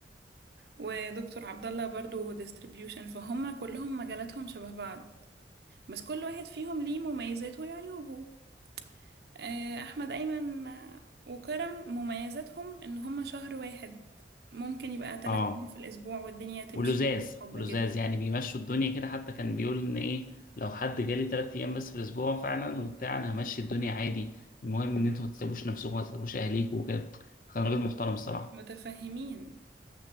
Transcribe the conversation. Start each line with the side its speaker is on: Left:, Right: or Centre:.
Right: ودكتور عبد الله برضو ديستريبيوشن فهم كلهم مجالاتهم شبه بعض بس كل واحد فيهم ليه مميزاته وعيوبه آه، احمد ايمن آه، وكرم مميزاتهم ان هم شهر واحد ممكن يبقى ثلاث
Left: آه
Right: ايام في الاسبوع والدنيا تمشي
Left: ولزاز
Right: حب
Left: ولزاز
Right: كده
Left: يعني بيمشوا الدنيا كده حتى كان بيقول ان ايه لو حد جالي تلات ايام بس في الاسبوع فعلا وبتاع انا همشي الدنيا عادي المهم
Right: آه،
Left: ان انتوا ما تسيبوش نفسكم ما تسيبوش اهليكم وكده كان راجل محترم الصراحه
Right: متفهمين